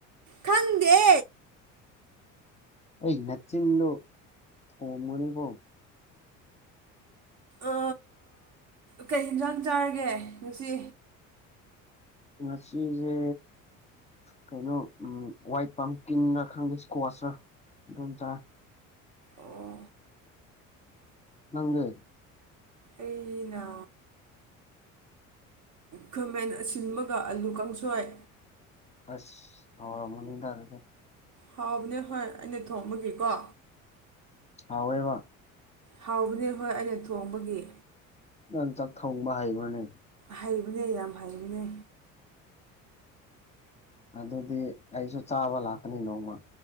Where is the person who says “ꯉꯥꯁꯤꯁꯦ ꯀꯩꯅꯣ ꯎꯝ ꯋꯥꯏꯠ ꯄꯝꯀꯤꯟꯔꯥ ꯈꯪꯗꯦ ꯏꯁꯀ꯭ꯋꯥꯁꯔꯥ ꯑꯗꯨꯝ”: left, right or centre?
Left